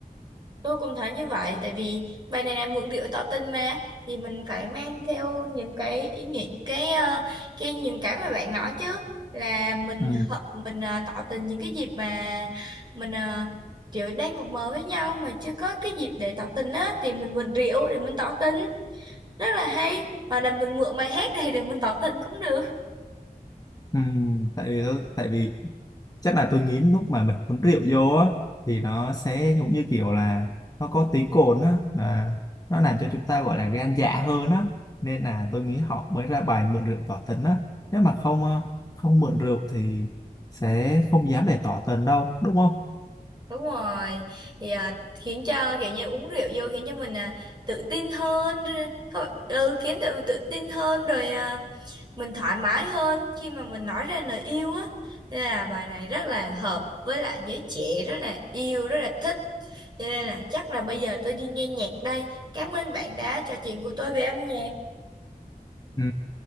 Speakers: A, on the right; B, on the left.
A: tôi cũng thấy như vậy tại vì bài này là mượn điệu tỏ tình mà thì mình phải mang theo những cái ý nghĩa cái ờ, cái những cái mà bạn nói chứ là mình
B: ừ.
A: hợp- mình ờ, tỏ tình những cái dịp mà mình ờ, kiểu đang mập mờ với nhau mà chưa có cái dịp để tỏ tình á thì mình mượn rượu để mình tỏ tình rất là hay hoặc là mình mượn bài hát này để mình tỏ tình cũng được
B: Ừ. tại vì tôi- tại vì chắc là tôi nghĩ lúc mà mình uống rượu vô á thì nó sẽ giống như kiểu là nó có tí cồn á là nó làm cho chúng ta gọi là gan dạ hơn á nên là tôi nghĩ họ mới ra bài mượn rượu tỏ tình á nếu mà không ờ, không mượn rượu thì sẽ không dám để tỏ tình đâu đúng không
A: Đúng rồi thì à, khiến cho kiểu như uống rượu vô khiến cho mình à, tự tin hơn rồi- thôi ừ, khiến tự tự tin hơn rồi à, mình thoải mái hơn khi mà mình nói ra lời yêu á nên là bài này rất là hợp với lại giới trẻ rất là yêu rất là thích cho nên là chắc là bây giờ tôi đi nghe nhạc đây cảm ơn bạn đã trò chuyện của tôi về âm nhạc
B: ừ,